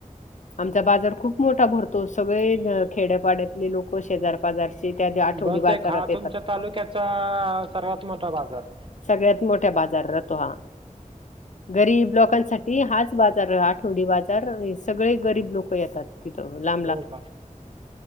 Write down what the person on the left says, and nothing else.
आमचा बाजार खूप मोठा भरतो सगळे खेड्यापाड्यातले लोकं शेजार पाजारचे त्या दि- आठवडी
बाजारात
येतात
सगळ्यात मोठ्या बाजार राहतो हा गरीब लोकांसाठी हाच बाज जार आठवडी बाजार सगळे गरीब लोकं येतात. तिथं ला